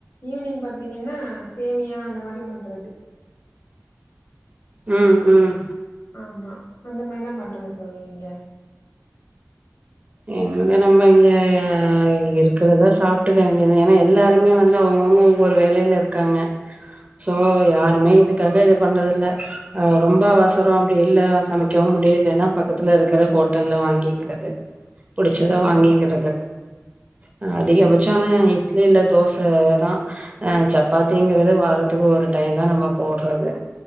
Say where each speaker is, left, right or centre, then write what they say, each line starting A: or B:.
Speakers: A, on the left (about 60°); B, on the right (about 30°).
A: ஈவினிங் பாத்தீங்கன்னா சேமியா அந்த மாரி பண்றது
B: ம் ம்
A: ஆமா அந்த மாரிதா பண்றோ தோழி இங்க
B: எங்கங்க நம்ம இங்க ஆ இருக்கறத சாப்ட்டுக்க வேண்டியதுதா. ஏன்னா எல்லாருமே வந்து அவங்கவுங்க ஒவ்வொரு வேலையில இருக்காங்க. சோ யாருமே இதுக்காக இது பண்றது இல்ல. ஆ ரொம்ப அவசரோ அப்டி இல்ல சமைக்கவு முடியலன்னா பக்கத்துல இருக்கற ஹோட்டல்ல வாங்கிக்கிறது புடிச்சத
A: ஆ
B: வாங்கிக்கிறது ஆ அதிகபட்சமே இல்ல தோசதா ஆ சப்பாத்திங்கறது வாரத்துக்கு ஒரு டைம்தா நம்ம போட்றது